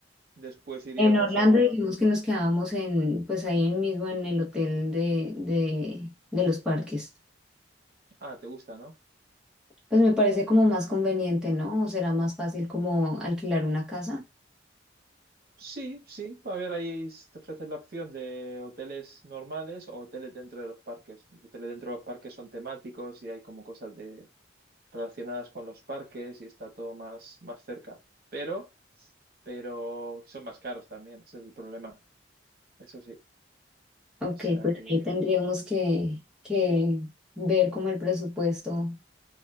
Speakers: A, on the right (about 55°); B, in the centre.
A: Después iríamos
B: En Orlando
A: a...
B: dijimos que nos quedábamos en, pues ahí mismo en el hotel de, de, de los parques.
A: Ah, ¿te gusta, no?
B: Pues me parece como más conveniente, ¿no? ¿O será más fácil como alquilar una casa?
A: Sí, sí. A ver, ahí te ofrecen la opción de hoteles normales o hoteles dentro de los parques. Los hoteles dentro de los parques son temáticos y hay como cosas de... relacionadas con los parques y está todo más, más cerca. Pero, pero son más caros también, ese es el problema. Eso sí.
B: Ok,
A: O sea
B: pues
A: que,
B: ahí tendríamos que, que ver como el presupuesto,